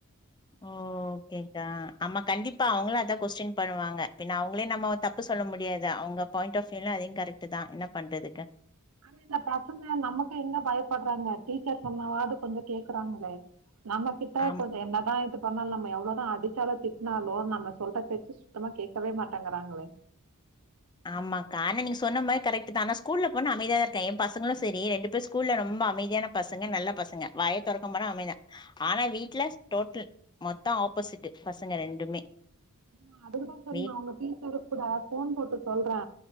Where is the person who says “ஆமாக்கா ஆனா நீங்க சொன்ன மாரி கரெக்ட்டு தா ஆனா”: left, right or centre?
Left